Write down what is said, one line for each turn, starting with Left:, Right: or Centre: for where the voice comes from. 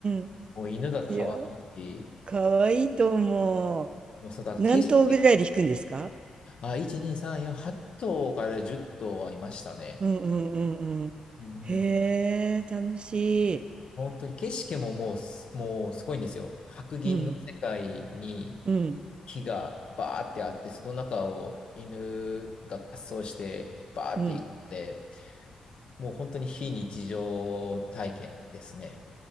Right: ん。
Left: もう犬が可愛いし、
Right: いや、可愛いいと思う。
Left: もうそうだ、
Right: 何頭ぐらいで弾くんですか
Left: 景色、あ、1、2、3、4、8頭から10頭はいましたね。
Right: うんうんうんうん。
Left: うんうん
Right: へえ、楽しい。
Left: 本当に景色ももうす、もうすごいんですよ。白銀の世界に
Right: うん、うん、
Left: 木がバーってあって、その中を犬が滑走してバーって行くので、
Right: うん。
Left: もう本当に非日常体験ですね。